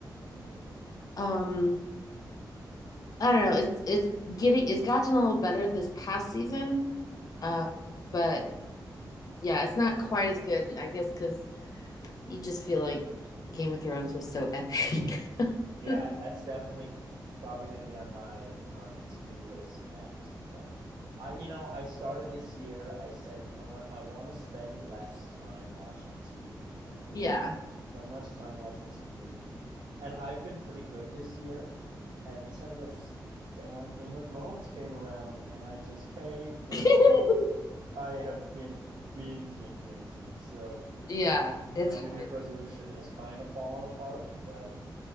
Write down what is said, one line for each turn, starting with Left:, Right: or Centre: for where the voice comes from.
Right: Mhm,
Left: Um I don't know. It's it's getting it's gotten a little better this past season. Uh,
Right: mhm.
Left: but yeah, it's not quite as good, I guess, because you just feel like Game of Thrones was so epic. <laughs>
Right: Yeah, that's definitely probably going to be on my my to-do list next. But I, you know, I started this year. I said, you know what? I want to spend less time watching TV. I feel
Left: Yeah.
Right: like I waste so much time watching TV, and I've been pretty good this year until this damn Game of Thrones came around, and I just caved, and
Left: <laughs>
Right: now I have been binging, binging. So
Left: Yeah, it's
Right: my
Left: hard.
Right: New Year's resolution has kind of fallen apart, but